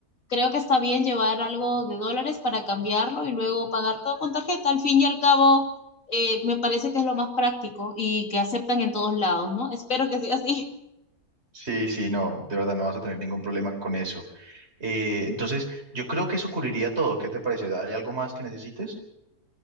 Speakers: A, on the left (about 60°); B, on the right (about 45°).
A: creo que está bien llevar algo de dólares para cambiarlo y luego pagar todo con tarjeta. Al fin y al cabo, eh, me parece que es lo más práctico y que aceptan en todos lados, ¿no? Espero que sea así.
B: Sí, sí, no, de verdad no vas a tener ningún problema con eso. Eh, entonces, yo creo que eso cubriría todo. ¿Qué te parece? ¿Hay algo más que necesites?